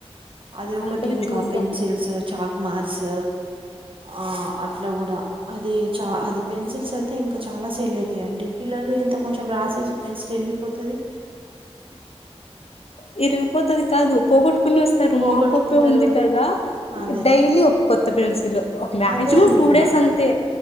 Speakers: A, on the right; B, on the left.
A: అది ఒకటి
B: అందుకని
A: ఇంకా
B: చూద్దాం
A: పెన్సిల్స్ చాక్ మార్స్ ఆ అట్లా కూడా అది చ అది పెన్సిల్స్ అయితే ఇంకా చాలా సేల్ అవుతాయంండి పిల్లలు ఇకా కొంచెం రాసేసి పెన్సిల్ విరిగిపోతది ది
B: విరిగిపోతది కాదు పోగొట్టుకోని వస్త తారు
A: పోగొట్టుకుంటారు
B: మా పాపే ఉంది కదా
A: అదే
B: డైలీ ఒక కొత్త పెన్సిల్ ఒక మాక్సిమం
A: అదే అంటున్నా
B: టూ డేస్ అంతే